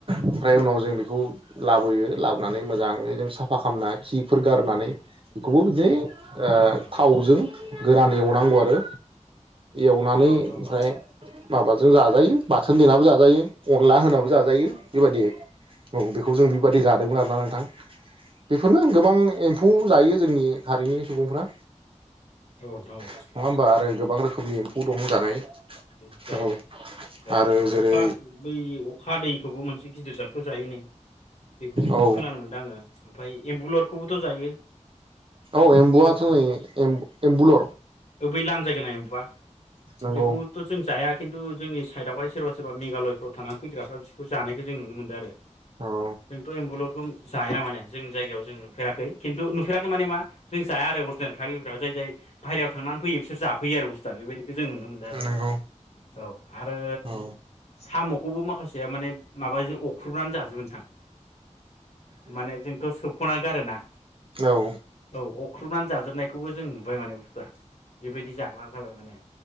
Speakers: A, on the right; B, on the left.
A: ओमफ्राय उनाव जों बेखौ लाबोयो लाबोनानै मोजाङै जों साफा खालामना खिफोर गारनानै बेखौबो बिदिनो ओ
B: नोंथां
A: थावजों गोरानै एवनांगौ आरो। एवनानै
B: औ नोंथां औ नोंथां औ नोंथां औ नोंथां औ नोंथां
A: ओमफ्राय
B: औ नोंथां औ
A: माबाजों जाजायो बाथोन देनाबो जाजायो अनला होनाबो। जाजायो बेबायदि औ बेखौ जों बेबायदि जादोंमोन आरोना नोंथां। बेफोरनो गोबां एम्फौ जायो। जोंनि हारिनि सुबुंफ्रा
B: औ नोंथां औ।
A: नङा होमबा आरो गोबां रोखोम रोखोमनि एम्फौ दं जानाय।
B: जायो
A: औ
B: जायो
A: आरो जेरै
B: अखा बै अखा। दैखौबो मोनसे गिदिर जाथखौ जायो नों बेखौ
A: औ
B: खोनानो मोन्दों आङो ओमफ्राय एम्बुलरखौबो। जायो।
A: औ
B: एम्बुलर
A: एम्बुवाथ नै एम्बुलर
B: बै लानजाय गोनां एम्बुआ
A: नंगौ
B: बेखौथ' जोंं जायो हाया खिन्थु जोंनि साइडआवहाय सोरबा सोरबा मेघालयफ्राव थानानै फैग्राफ्रा बिसोरखौ जानायखौ जों नुनो मोनदों आरो
A: औ
B: जोंथ' एम्बुलुरखौ जाया माने जोंनि जायगायाव जों नुफेराखै खिन्थु नुफेराखै माने मा जों जाया आरो अरजिनेल थागिफ्रा जाय जाय बाहेरायाव थांनानै फयो बिसोर जाफैयो आरो बुस्थुआ बेबायदि जों नुनो मोनदों आरो
A: नंगौ
B: औ आरो
A: औ
B: साम'खौबो माखासेया माने माबाजों अख्रुबनानै जाजोबो नोंथां माने जोंथ' सोबनानै खना गारोना
A: औ
B: औ अ अरख्रुबनानै जाजोबनायखौबो जों नुबाय माने बुसथुआ बेबायदि जाग्रा जाबाय माने